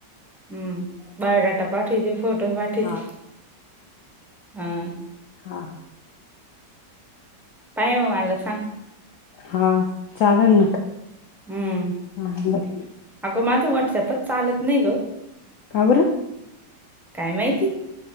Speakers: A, in the centre; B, on the left.
A: हम्म बायोडाटा पाठीवते फोटो पाठीवते
B: हा
A: हा
B: हा हा
A: पाय हो मला सांग
B: हा चालेल ना
A: हम्म
B: हा बर
A: अगं माझं व्हॉट्सअपच चालत नाही ग
B: का बरं.
A: काय माहिती